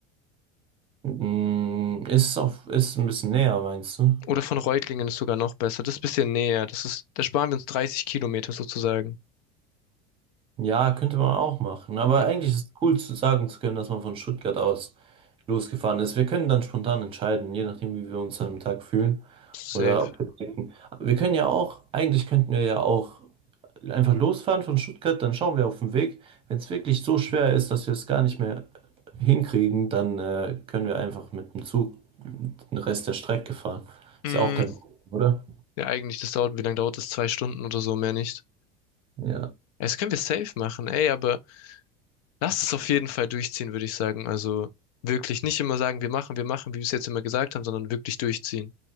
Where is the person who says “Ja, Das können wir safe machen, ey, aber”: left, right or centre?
Left